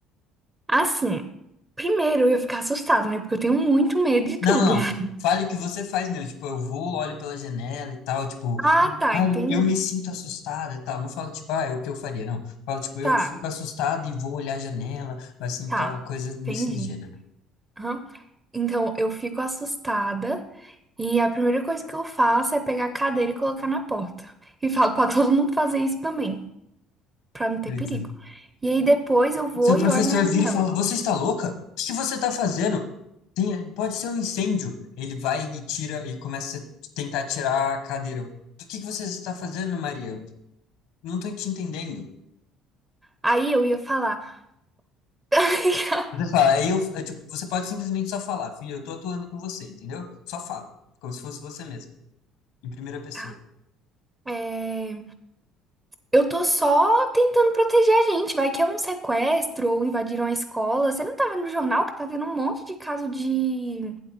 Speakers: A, on the right; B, on the left.
A: Assim, primeiro eu ia ficar assustada, né? Porque eu tenho muito medo de tudo.
B: Não, não,
A: <laughs>
B: não. Fale o que você faz mesmo. Tipo, eu vou, olho pela janela e tal. Tipo,
A: Ah, tá,
B: ah,
A: entendi.
B: eu, eu me sinto assustada e tal. Não fala, tipo, ah, é o que eu faria, não. Fala, tipo, eu
A: Tá,
B: fico assustada e vou olhar a janela, assim,
A: tá,
B: tal, coisas nesse
A: entendi.
B: gênero.
A: Aham. Então eu fico assustada e a primeira coisa que eu faço é pegar a cadeira e colocar na porta. E falo pra <laughs> todo mundo fazer isso também, pra não ter
B: Beleza.
A: perigo. E aí depois eu vou
B: Seu professor
A: e olho na janela.
B: vira e fala, você está louca? O que você está fazendo? Tem, pode ser um incêndio. Ele vai e tira e começa a tentar tirar a cadeira. O que que você está fazendo, Maria? Não estou te entendendo.
A: Aí eu ia falar. <laughs>
B: Você fala, aí eu, é, tipo, você pode simplesmente só falar, filho, eu tô atuando com você, entendeu? Só fala, como se fosse você mesmo, em primeira pessoa.
A: Tá. É, eu tô só tentando proteger a gente. Vai que é um sequestro ou invadiram a escola. Você não tá vendo no jornal que tá tendo um monte de caso de